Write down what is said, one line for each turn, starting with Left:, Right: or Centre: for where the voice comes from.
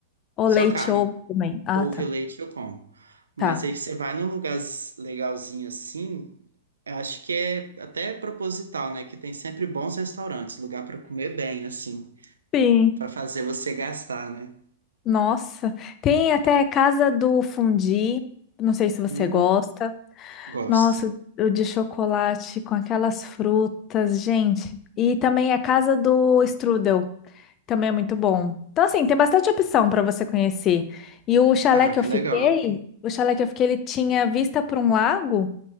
Left: ou
Right: só
Left: leite
Right: carne,
Left: ou também? Ah,
Right: ovo
Left: tá.
Right: e leite eu como. Mas
Left: Tá.
Right: aí que você vai num lugar s- legalzinho assim, eu acho que é até proposital, né? Que tem sempre bons restaurantes, lugar para comer bem, assim,
Left: Sim.
Right: para fazer você gastar, né?
Left: Nossa. Tem até casa do fundi. Não sei se você
Right: Hum.
Left: gosta.
Right: Gosto.
Left: Nossa, o de chocolate com aquelas frutas, gente. E também a casa do strudel, também é muito bom. Então, assim, tem bastante opção para você conhecer. E o chalé
Right: Ah,
Left: que eu
Right: que
Left: fiquei,
Right: legal.
Left: o chalé que eu fiquei, ele tinha vista para um lago.